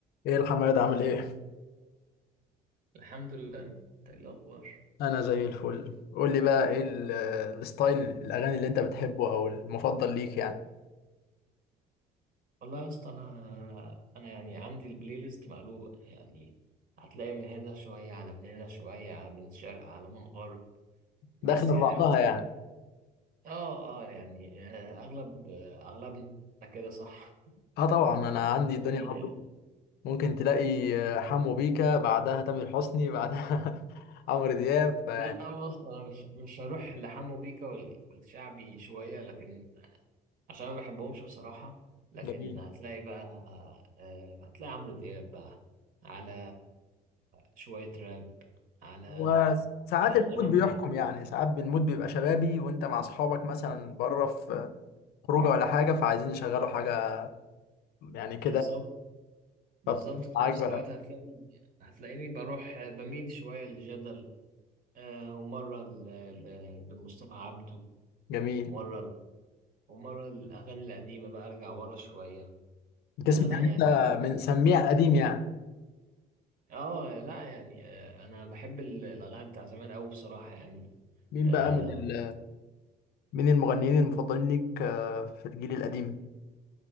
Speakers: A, on the left; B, on the right.
A: ايه الحماد عامل ايه
B: الحمد لله انت ايه الاخبار
A: انا زي الفل قول لي بقى ايه ال- الستايل الاغاني اللي انت بتحبه او المفضل ليك يعني
B: والله يا اسطى انا انا يعني عندي البلاي ليست مقلوبه يعني هتلاقي من هنا شويه على من هنا شويه على من شرق على من غرب بس
A: داخله
B: يعني
A: في بعضها
B: اكتر
A: يعني
B: اه اه يعني آه، اغلب آه، اغلبنا كده صح
A: اه طبعا انا عندي الدنيا
B: ال-
A: برضه ممكن تلاقي آه، حمو بيكا بعدها تامر حسني بعدها <laughs> عمرو دياب فيعني
B: لا بص انا مش مش هروح لحمو بيكا وال- والشعبي شويه لكن عشان ما بحبهمش بصراحة لكن
A: جميل
B: هتلاقي بقى آه، هتلاقي عمرو دياب بقى على شوية راب على
A: وساعات
B: على أغاني
A: المود
B: من
A: بيحكم يعني ساعات المود بيبقى شبابي وانت مع اصحابك مثلا بره في خروجه ولا حاجه فعايزين يشغلوا حاجه يعني كده
B: بالظبط بالظبط
A: فبتبقى
B: في
A: معاك
B: نفس
A: بقى
B: الوقت هتلاقي هتلاقيني بروح بميل شوية لجدل آه، ومرة ل- ل- لمصطفى عبده
A: جميل
B: ومرة ومرة الأغاني القديمة بقى أرجع ورا شوية
A: بتسمع
B: فأنا لا
A: يعني
B: يعني
A: انت من سميع قديم يعني
B: آه لا يعني آه، أنا بحب ال- الأغاني بتاع زمان أوي بصراحة يعني
A: مين
B: آه،
A: بقى من ال من المغنيين المفضلين ليك آه، في الجيل القديم